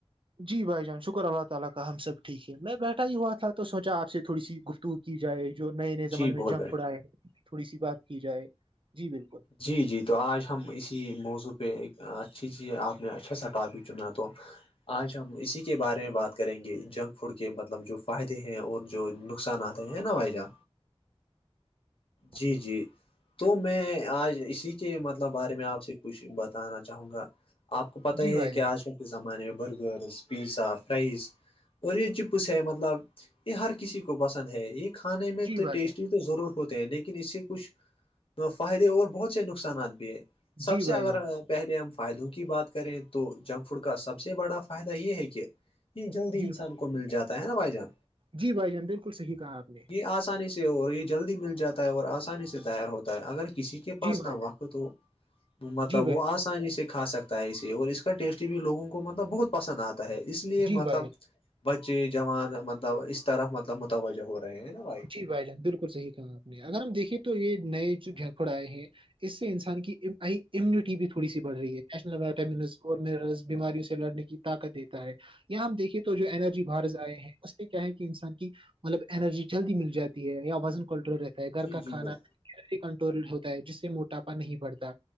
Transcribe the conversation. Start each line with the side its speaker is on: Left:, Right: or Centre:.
Right: جی بھائی جان شکر اللہ تعالا کا ہم سب ٹھیک ہے میں بیٹھا ہی ہوا تھا تو سوچا آپ سے تھوی سی گفت تو کی جائے جو نئے نئے زمانے
Left: جی
Right: میں
Left: بہت
Right: جنگ
Left: بڑے
Right: پھڑائے ہیں تھوڑی سی بات کی جائے جی بالکل
Left: جی جی تو آج ہم اسی موضوع پہ ایک اچھی چی آپ نے اچھا سا ٹاپک چنا تو آج ہم اسی کے بارے میں بات کریں گے جنک فوڈ کے مطلب جو فائدے ہیں اور جو نقصانات ہے نا وائ جا
Right: آپ
Left: جی
Right: نے
Left: جی تو میں آج اسی کے مطلب بارے میں آپ سے کچھ بتانا چاہوں گا آپ کو پت ہی
Right: جی بھائی
Left: ہے کہ
Right: جان
Left: آج زمانے میں برگررز پیزا فرائز اور یہ چپس ہے مطلب یہ ہر کسی کو پسند ہے یہ کھانے میں
Right: جی
Left: تو
Right: بھائی
Left: ٹیسٹی
Right: جان
Left: تو ضرور ہوتا ہیں لیکن اس سے کچھ فائدہ اور بہت سے نقصانات بھی ہے سب
Right: جی
Left: سے
Right: بھائی
Left: اگر
Right: جان
Left: پہلے ہم فائدوں کی بات کریں تو جنک فوڈ کا سب سے بڑا فائدہ یہ ہے کہ یہ جلدی
Right: جی
Left: انسان
Right: بھائی
Left: کو مل جاتا ہے نا بھائی جان
Right: جی بھائی جان بالکل صحیح کہا آپ نے
Left: آسانی سے اور یہ جلدی مل جاتا ہے اور آسانی سے تیار ہوتا ہے اگر کسی کے کے پاس
Right: جی بھائی
Left: نہا
Right: جان
Left: وقت تو مطلب
Right: جی
Left: وہ
Right: بھائی
Left: آس آسانی سے کھا سکتا ہے اسے اور اس کا ٹیسٹ بھی لوگوں کو مطلب بہت پسند آتا ہے ہے اس لیے
Right: جی
Left: مطلب
Right: بھائی
Left: بچے جوان مطلب اس طرح مطلب متوجہ ہو رہے ہیں نا بھائی
Right: بھ جان بالکل صح کہاں تھا اگر ہم دیکھیے تو یہ نئے جو گھپوڑ آئے ہیں اس سے انسان کی آ امیونٹی بھی تھوی سی بڑ رہی ہے نیشنل وائٹامز اور مرل بیماریوں سے لڑنے کی طاقت دیتا ہے یہاں ہم دیکھیے تو جو اینرجی باہر آئے ہیں اس کیا ہے کہ انسان کی مطلب انرجی جلدی مل جاتی ہے یا وزن کنٹرول رہتا ہے گھر
Left: جی
Right: کا
Left: جی
Right: کھانا
Left: بھیا
Right: کنٹرول ہوتا ہے جس سے موٹاپا نہیں بڑتا